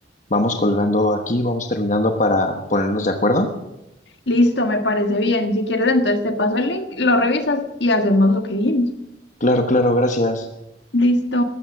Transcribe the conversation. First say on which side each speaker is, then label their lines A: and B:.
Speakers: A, on the left; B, on the left.
A: vamos colgando aquí, vamos terminando para ponernos de acuerdo?
B: Listo, me parece bien. Si quieres, entonces te paso el link, lo revisas y hacemos lo que dijimos.
A: Claro, claro, gracias.
B: Listo.